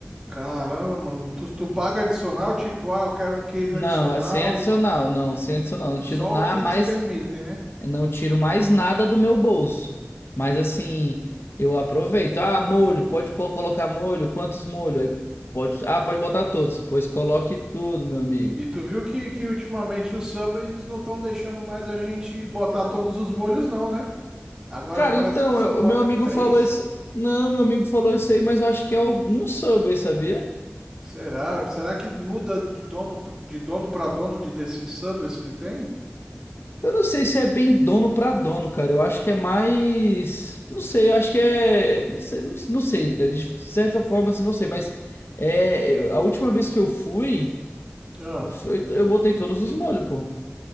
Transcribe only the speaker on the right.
Caramba, mano. Tu, tu paga adicional, tipo, ah, eu quero um queijo
adicional.
Só
o que
eles permitem, né?
E tu viu que, que ultimamente o sub eles não estão deixando mais a gente botar todos os molhos, não, né? Agora
parece
que só
pode
três.
Será? Será que muda de dono de dono para dono de desses subways que tem?
Ah.